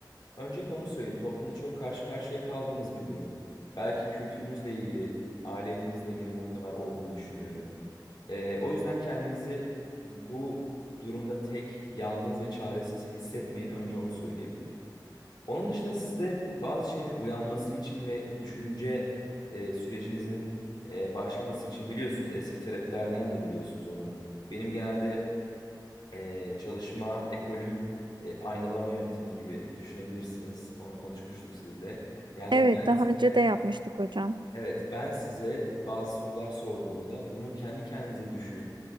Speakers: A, on the left; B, on the right.
A: öncelikle onu söyleyeyim. Toplumda çok karşı karşıya kaldığımız bir durum. Belki kültürümüzle ilgili, aile yapımızla ilgili muhtemel olduğunu düşünüyorum. Ee, o yüzden kendinizi bu durumda tek, yalnız ve çaresiz hissetmeyin. Önce onu söyleyebilirim. Onun dışında sizde bazı şeylerin uyanması için ve düşünce e, sürecinizin e, başlaması için biliyorsunuz eski terapilerden de biliyorsunuz onu. Benim genelde e, çalışma ekolüm e, aynalama yöntemi gibi düşünebilirsiniz. Onu konuşmuştuk sizle. Yani
B: Evet
A: ben
B: daha
A: size
B: önce de yapmıştık hocam.
A: Evet, ben size bazı sorular sorduğumda bunu kendi kendinize düşünüp,